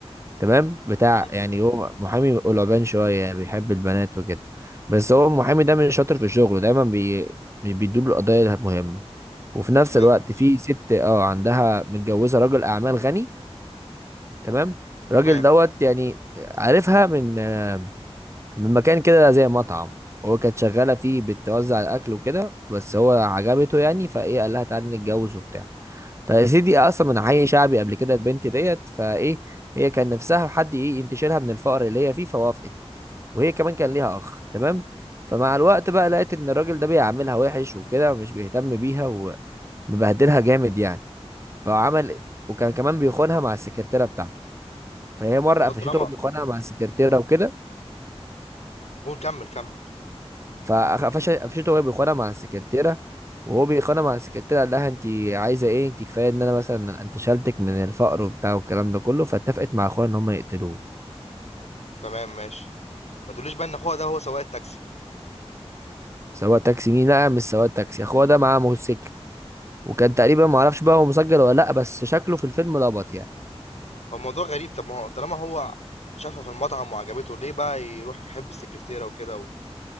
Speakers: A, on the right; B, on the left.
A: تمام بتاع
B: مم.
A: يعني هو محامي قلبان شوية بيحب البنات وكده بس هو المحامي ده مش شاطر في شغله دايما بي... مش بيدور القضايا المهمة وفي نفس
B: تمام
A: الوقت
B: ماشي.
A: في ست اه عندها متجوزة راجل أعمال غني تمام الراجل
B: تمام
A: دوت يعني عارفها من آه، من مكان كده زي مطعم هو كانت شغالة فيه بتوزع الأكل وكده بس هو عجبته يعني فإيه قال لها تعالي نتجوز وبتاع فيا سيدي اصلا من حي شعبي قبل كده البنت ديت فايه هي كان نفسها حد ايه ينتشلها من الفقر اللي هي فيه فوافقت وهي كمان كان ليها اخ تمام فمع الوقت بقى لقيت ان الراجل ده بيعاملها وحش وكده ومش بيهتم بيها ومبهدلها جامد يعني فعمل وكان كمان بيخونها مع السكرتيره بتاعته فهي مره
B: طب هو
A: قفشته
B: طالما
A: وبيخونها مع السكرتيره
B: مم.
A: وكده
B: قول كمل كمل
A: فقفشته وهي بيخانق مع السكرتيره وهو بيخانق مع السكرتيره قال لها انت عايزه ايه انت كفايه ان انا مثلا انتشلتك من الفقر وبتاع والكلام ده كله فاتفقت مع اخوها ان هم يقتلوه
B: تمام ماشي ما تقوليش بقى ان اخوها ده هو سواق التاكسي
A: سواق تاكسي مين لا مش سواق تاكسي اخوها ده معاه موتوسيكل وكان تقريبا ما اعرفش بقى هو مسجل ولا لا بس شكله في الفيلم لبط يعني
B: هو الموضوع غريب طب ما هو طالما هو شافها في المطعم وعجبته ليه بقى يروح يحب السكرتيره وكده و...